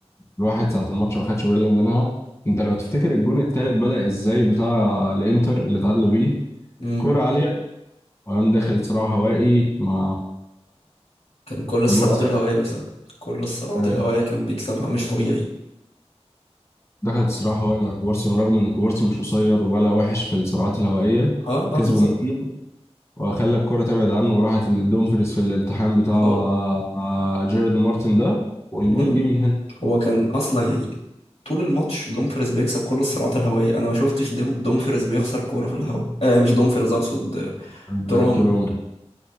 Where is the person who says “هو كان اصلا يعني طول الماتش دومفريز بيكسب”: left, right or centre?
Left